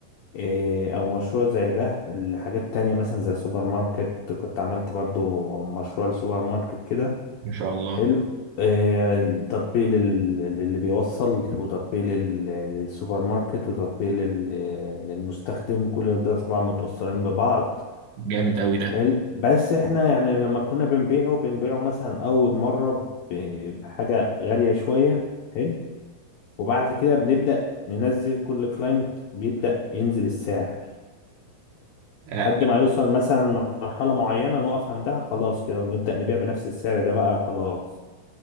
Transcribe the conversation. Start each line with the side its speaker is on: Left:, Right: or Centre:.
Left: إيه، او مشروع زي ده الحاجات التانية مثلا زي سوبر ماركت كنت عملت برضو مشروع لسوبر ماركت كده
Right: ما شاء الله
Left: حلو إيه، التطبيق لل- للي بيوصل وتطبيق لل- للسوبر ماركت وتطبيق لل- للمستخدم كل ده طبعا متوصلين ببعض
Right: جامد قوي ده
Left: حلو بس احنا يعني لما كنا بنبيعه بنبيعه مثلا اول مرة ب- بحاجة غالية شوية حلو وبعد كده بنبدأ ننزل كل كلاينت بيبدأ ينزل السعر
Right: آه،
Left: لحد ما يوصل مثلا مرحلة معينة نقف عندها خلاص كده ونبدأ نبيع بنفس السعر ده بقى خلاص